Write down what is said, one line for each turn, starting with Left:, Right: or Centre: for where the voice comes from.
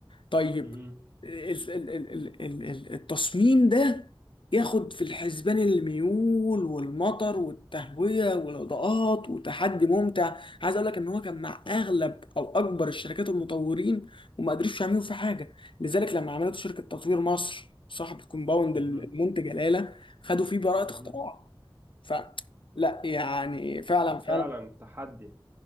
Left: طيب
Right: مهم.
Left: ال- ال- ال- ال- ال- ال- التصميم ده ياخد في الحسبان الميول والمطر والتهوية والإضاءات وتحدي ممتع عايز اقول لك ان هو كان مع اغلب او اكبر الشركات المطورين وما قدروش يعملوا فيه حاجة لذلك لما عملت شركة تطوير مصر صاحب الكومباوند
Right: مهم.
Left: المنتج جلالة خدوا فيه براءة
Right: مهم.
Left: اختراع ف لا يعني فعلا
Right: هو فعلا
Left: فعلا
Right: تحدي